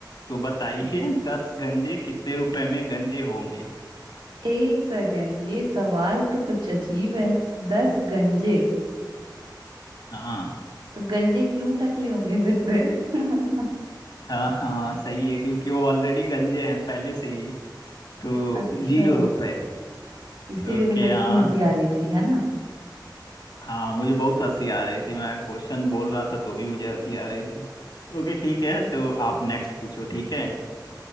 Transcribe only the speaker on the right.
एक सेकेंड ये सवाल तो कुछ अजीब है दस गंजे
तो गंजे क्यों टकले होंगे फिर से <laughs>
अच्छा
इसीलिए
तो मैं इतनी
हंसी आ रही थी है ना